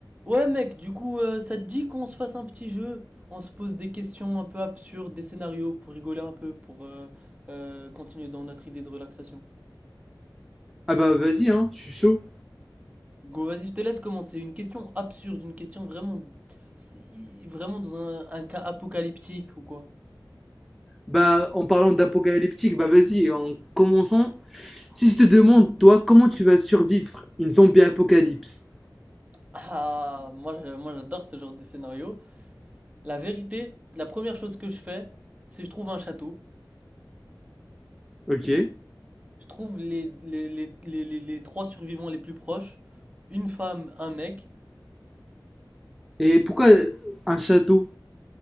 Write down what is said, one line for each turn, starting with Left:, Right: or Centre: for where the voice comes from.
Right: Ouais mec, du coup, euh, ça te dit qu'on se fasse un petit jeu? On se pose des questions un peu absurdes, des scénarios pour rigoler un peu, pour euh, euh, continuer dans notre idée de relaxation.
Centre: Ah bah vas-y, hein, je suis chaud.
Right: Go, vas-y, je te laisse commencer. Une question absurde, une question vraiment, si- vraiment dans un, un cas apocalyptique ou quoi.
Centre: Bah en parlant d'apocalyptique, bah vas-y, en commençant, si je te demande, toi, comment tu vas survivre une zombie apocalypse?
Right: Ah, moi, je- moi j'adore ce genre de scénario. La vérité, la première chose que je fais, c'est je trouve un château.
Centre: Ok.
Right: Je trouve les, les, les, les, les les trois survivants les plus proches, une femme, un mec.
Centre: Et pourquoi un château?